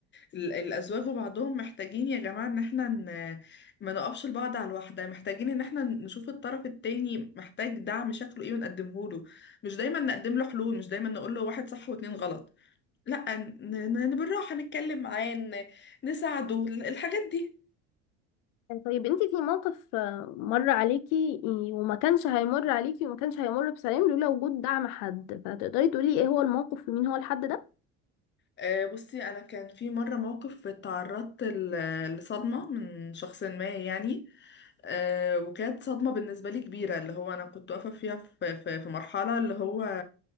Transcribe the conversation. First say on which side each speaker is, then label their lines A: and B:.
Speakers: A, on the left (about 35°); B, on the left (about 75°).
A: ال الازواج وبعضهم محتاجين يا جماعه ان احنا ن- ما نقفش لبعض على الواحده محتاجين ان احنا نشوف الطرف التاني محتاج دعم شكله ايه ونقدمه له مش دايما نقدم له حلول مش دايما نقول له واحد صح واتنين غلط لا ن- ن- بالراحة نتكلم معاه ن- نساعده الحاجات دي
B: طيب انت في موقف آه، مر عليكي وما كانش هيمر عليكي وما كانش هيمر بسلام لولا وجود دعم حد فتقدري تقولي ايه هو الموقف ومين هو الحد ده
A: آه، بصي انا كان في مره موقف اتعرضت ل- لصدمه من شخص ما يعني آه، وكانت صدمه بالنسبه لي كبيره اللي هو انا كنت واقفه فيها في, في, في مرحله اللي هو